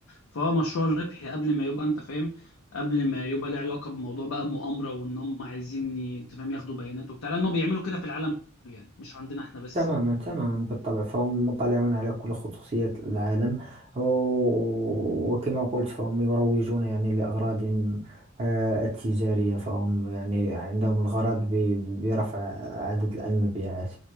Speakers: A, on the left (about 85°); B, on the right (about 30°).
A: فهو مشروع الربح قبل ما يبقى أنت فاهم قبل ما يبقى له علاقة بموضوع بقى مؤامرة وإن هم عايزين ي- أنت فاهم ياخدوا بيانات وبتاع لأنه بيعملوا كده في العالم كله يعني مش عندنا إحنا بس
B: تماما تماما بالطبع فهم مطلعون على كل خصوصيات العالم و- وكما قلت فهم يروجون يعني لأغراضهم آه، التجارية فهم يعني عندهم الغرض ب- برفع عدد المبيعات